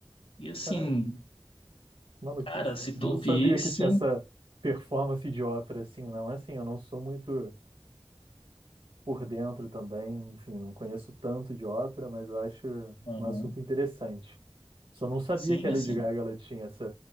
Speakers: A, on the left (about 75°); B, on the right (about 65°).
A: E assim,
B: Caraca, que maluquice.
A: Cara, se
B: Eu
A: tu
B: não sabia
A: visse,
B: que tinha essa performance de ópera assim, não. É Assim, eu não sou muito por dentro também, enfim, não conheço tanto de ópera, mas eu acho
A: uhum.
B: um assunto interessante. Só não sabia
A: Sim,
B: que a
A: assim,
B: Lady Gaga ela tinha essa,